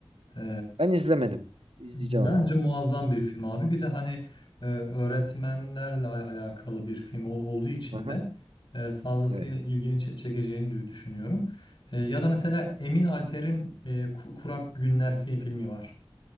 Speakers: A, on the left; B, on the right.
A: E,
B: Ben izlemedim. İzleyeceğim
A: Bence
B: ama.
A: muazzam bir film abi. Bir de hani e, öğretmenlerle al- alakalı bir film ol- olduğu için
B: Hı hı.
A: de e, fazlasıyla
B: Evet.
A: ilgini çe- çekeceğini dü- düşünüyorum. E, ya
B: Hı hı.
A: da mesela Emin Alper'in e, Ku- Kurak Günler film filmi var.